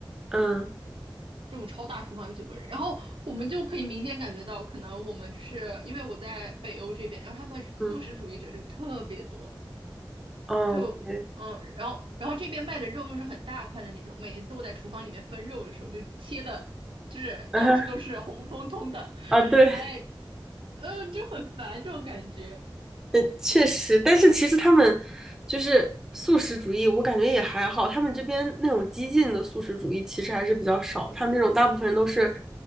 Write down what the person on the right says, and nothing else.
这种超大厨房有九个人，然后我们就可以明显感觉到，可能我们就是因为我在北欧这边，然后他们素食主义者就特别多。
就嗯，然后然后这边卖的肉又是很大块的那种，每次我在厨房里面分肉的时候，就切的，就是到处都是红彤彤的，
哎，嗯，就很烦这种感觉。